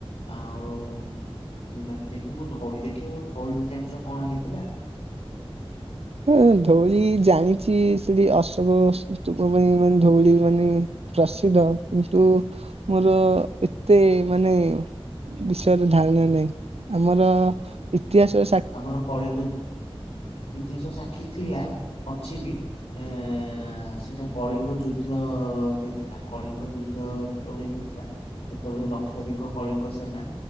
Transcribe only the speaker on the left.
ଆଉ ନିହାତି ଦେଖିବୁ, ଧଉଳି ଦେଖିବୁ, ଧଉଳି ଜାଣିିଚ କଣ ହେଇଥିଲା?
ଆମର କଳିଙ୍ଗ, ଇତିହାସ ସାକ୍ଷୀ ଥିଲା, ଅଛି ବି। ଏଁ ଏଁ ଏଁ, ସେଟା କଳିଙ୍ଗ ଯୁଦ୍ଧ ହେଇଥିଲା, କଳିଙ୍ଗ ଯୁଦ୍ଧ ଯୋ ଯେତେବେଳେ ହେଇଥିଲା, ସେତେବେଳେ ଲକ୍ଷାଧିକ କଳିଙ୍ଗ ସେନା